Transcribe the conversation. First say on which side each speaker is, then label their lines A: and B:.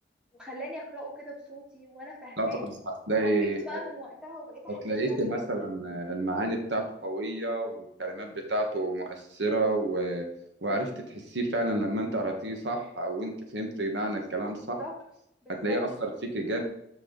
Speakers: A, in the centre; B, on the right (about 70°).
A: وخلاني اقراه كده بصوتي وانا فاهماه
B: طبعا هتلاقي
A: حبيته
B: هت-
A: بقى من وقتها وبقيت احب
B: هتلاقيك
A: الشعر
B: مثلا
A: جدا
B: المعاني بتاعته قوية والكلمات بتاعته مؤثرة و... وعرفت تحسيه فعلا لما انت قرأتيه صح أو انت فهمت معنى الكلام صح
A: بالظبط بالظبط
B: هتلاقيه أثر فيك جامد